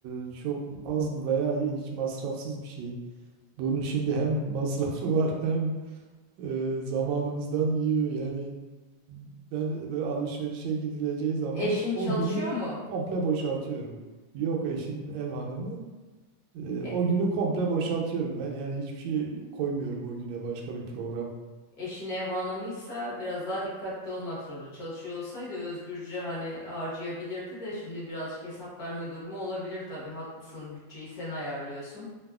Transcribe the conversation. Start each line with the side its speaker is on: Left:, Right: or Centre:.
Right: e, çok az mı veya hi- hiç masrafsız bir şey. Bunun şimdi hem masrafı var hem e, zamanımızdan yiyor. Yani ben böyle alışverişe gidileceği zaman
Left: Eşin çalışıyor
Right: o günü
Left: mu?
Right: komple boşaltıyorum. Yok eşim ev hanımı. Ee,
Left: E,
Right: o günü komple boşaltıyorum ben. Yani hiçbir şey koymuyorum o güne başka bir program.
Left: Eşin ev hanımıysa biraz daha dikkatli olmak zorunda. Çalışıyor olsaydı özgürce hani harcayabilirdi de şimdi birazcık hesap verme durumu olabilir tabii. Haklısın. Bütçeyi sen ayarlıyorsun.